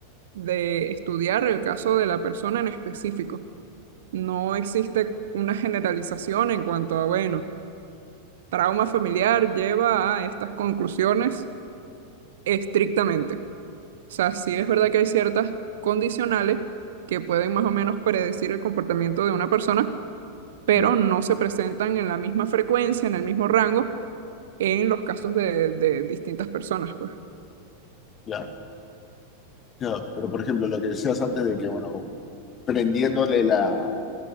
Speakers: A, on the right; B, on the left.
A: de estudiar el caso de la persona en específico. No existe una generalización en cuanto a, bueno, trauma familiar lleva a estas conclusiones estrictamente. O sea, sí es verdad que hay ciertas condicionales que pueden más o menos predecir el comportamiento de una persona, pero
B: Ujú.
A: no se presentan en la misma frecuencia, en el mismo rango, en los casos de, de distintas personas, pues.
B: Claro, claro. Pero por ejemplo, lo que decías antes de que, bueno, prendiéndole la,